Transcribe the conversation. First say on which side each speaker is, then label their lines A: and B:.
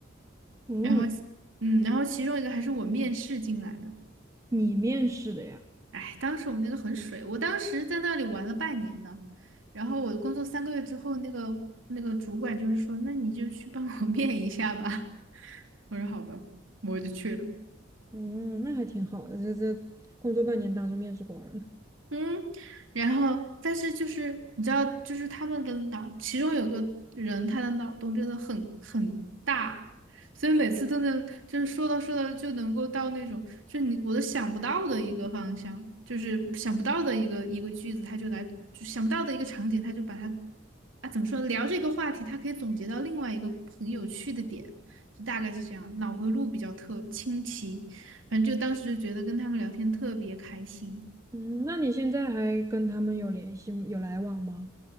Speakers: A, on the right (about 15°); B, on the right (about 80°).
A: 嗯，
B: 然后，嗯，然后其中一个还是我面试进来的。
A: 你面试的呀？
B: 哎，当时我们那个很水，我当时在那里玩了半年呢。然后我工作三个月之后，那个那个主管就是说，那你就去帮我 <laughs> 面一下吧。我说好吧，我就去了。
A: 嗯，那还挺好的，这这工作半年当上面试官儿了。
B: 嗯，然后但是就是你知道，就是他们的脑，其中有个人他的脑洞真的很很大，所以每次都能就是说到说到就能够到那种就是你我都想不到的一个方向，就是想不到的一个一个句子，他就来就想不到的一个场景，他就把它啊怎么说聊这个话题，他可以总结到另外一个很有趣的点，就大概是这样，脑回路比较特清奇，反正就当时就觉得跟他们聊天特别开心。
A: 嗯，那你现在还跟他们有联系、有来往吗？